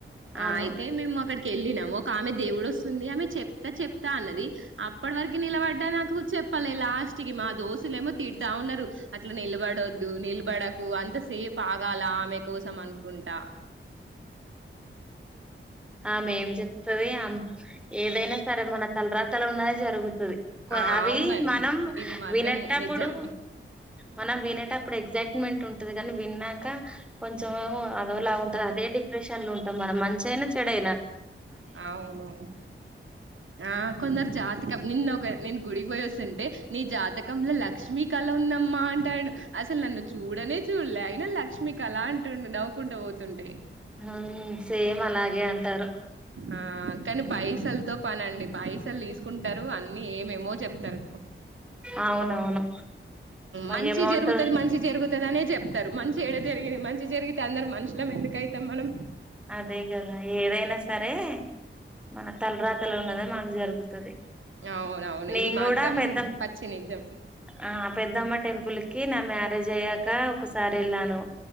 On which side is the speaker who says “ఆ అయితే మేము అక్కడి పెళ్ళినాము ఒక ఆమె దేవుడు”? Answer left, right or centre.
Right